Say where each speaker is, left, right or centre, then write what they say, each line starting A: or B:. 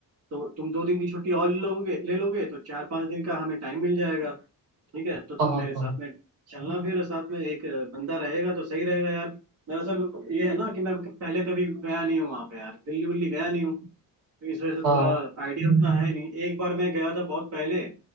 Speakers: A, on the right; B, on the right.
A: तो तुम दो दिन की छुट्टी और लोगे ले लोगे तो चार पांच दिन का हमें टाइम मिल जाएगा ठीक है तो तुम
B: हाँ हाँ
A: मेरे साथ
B: हाँ
A: में चलना फिर साथ में एक अ, बंदा रहेगा तो सही रहेगा यार दरअसल ये है ना कि मैं पहले कभी गया नहीं हूँ वहाँ पे यार दिल्ली उल्ली गया नहीं हूँ तो इस वजह से
B: हाँ
A: थोड़ा आइडिया उतना है नहीं एक बार मैं गया था बहुत पहले